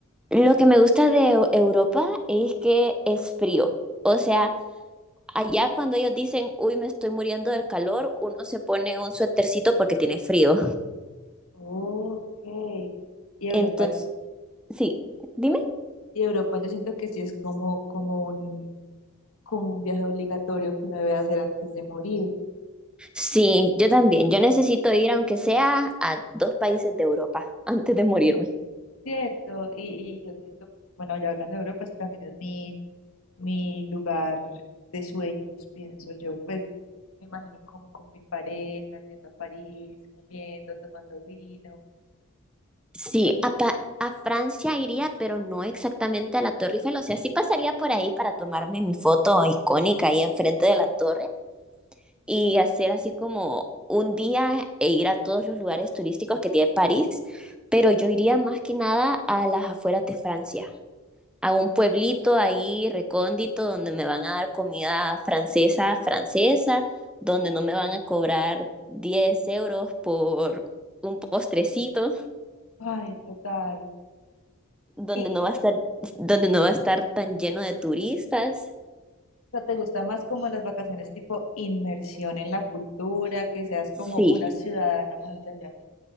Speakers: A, in the centre; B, on the left.
A: Lo que me gusta de Europa es que es frío. O sea, allá cuando ellos dicen, uy, me estoy muriendo del calor, uno se pone un suétercito porque tiene frío.
B: Okay, Y Europa,
A: Entonces, sí, dime.
B: y Europa yo siento que sí es como, como un, como un viaje obligatorio que uno debe hacer antes de morir.
A: Sí, yo también. Yo necesito ir, aunque sea a dos países de Europa <laughs> antes de morirme.
B: Cierto, y, y yo siento, bueno, ya hablando de Europa, ese también es mi, mi lugar de sueños, pienso yo. Pues me imagino como con mi pareja, yendo a París, comiendo, tomando vino.
A: Sí, a, pa- a Francia iría, pero no exactamente a la Torre Eiffel. O sea, sí pasaría por ahí para tomarme mi foto icónica ahí enfrente de la torre, y hacer así como un día e ir a todos los lugares turísticos que tiene París, pero yo iría más que nada a las afueras de Francia, a un pueblito ahí recóndito donde me van a dar comida francesa, francesa, donde no me van a cobrar 10 euros por un postrecito,
B: Ay, total.
A: donde
B: Y, y,
A: no va a estar, donde no va a estar tan lleno de turistas.
B: o sea, ¿te gusta más como las vacaciones tipo inmersión en la cultura, que seas como
A: Sí,
B: una ciudadana más de allá?